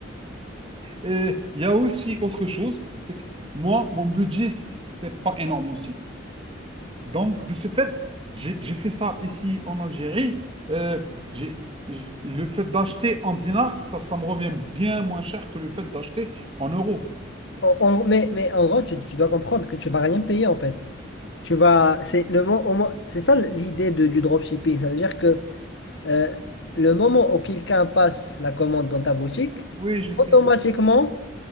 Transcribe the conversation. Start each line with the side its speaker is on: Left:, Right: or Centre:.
Right: Et il y a aussi autre chose, c'est que moi, mon budget, c'est pas énorme aussi. Donc, de ce fait, j'ai j'ai fait ça ici en Algérie. Euh, j'ai, j'ai- le fait d'acheter en dinars, ça, ça me revient bien moins cher que le fait d'acheter en euros.
Left: En- en- mais, mais en gros, tu, tu dois comprendre que tu vas rien payer en fait. Tu vas, c'est le mo- au moins- c'est ça l'idée de, du dropshipping. Ça veut dire que euh, le moment où quelqu'un passe la commande dans ta boutique,
Right: Oui, je sais.
Left: automatiquement,